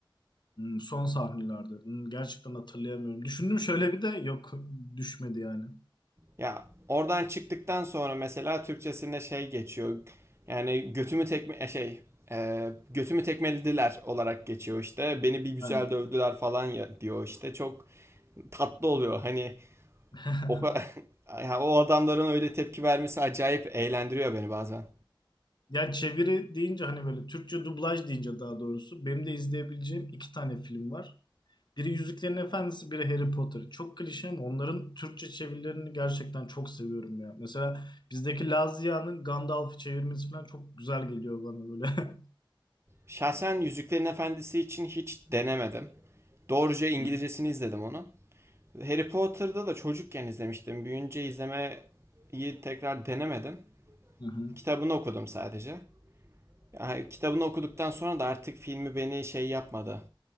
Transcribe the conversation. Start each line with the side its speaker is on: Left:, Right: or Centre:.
Left: Hmm, son sahnelerde. Hmm, gerçekten hatırlayamıyorum. Düşündüm şöyle bir de yok düşmedi yani.
Right: Ya oradan çıktıktan sonra mesela Türkçesinde şey geçiyor. Yani götümü tekme e, şey e, götümü tekmelediler olarak geçiyor işte. Beni bir güzel
Left: Aynen.
Right: dövdüler falan ya, diyor işte. Çok tatlı oluyor. Hani
Left: <laughs>
Right: o <laughs> ka- o adamların öyle tepki vermesi acayip eğlendiriyor beni bazen.
Left: Ya çeviri deyince hani böyle Türkçe dublaj deyince daha doğrusu benim de izleyebileceğim iki tane film var. Biri Yüzüklerin Efendisi, biri Harry Potter. Çok klişe ama onların Türkçe çevirilerini gerçekten çok seviyorum ya. Mesela bizdeki Lazia'nın Gandalf'ı çevirmesi falan çok güzel geliyor bana böyle.
Right: Şahsen Yüzüklerin Efendisi için hiç denemedim. Doğruca İngilizcesini
Left: <laughs>
Right: izledim onu. Harry Potter'da da çocukken izlemiştim. Büyünce izlemeyi tekrar denemedim.
Left: Hı hı.
Right: Kitabını okudum sadece. Yani kitabını okuduktan sonra da artık filmi beni şey yapmadı.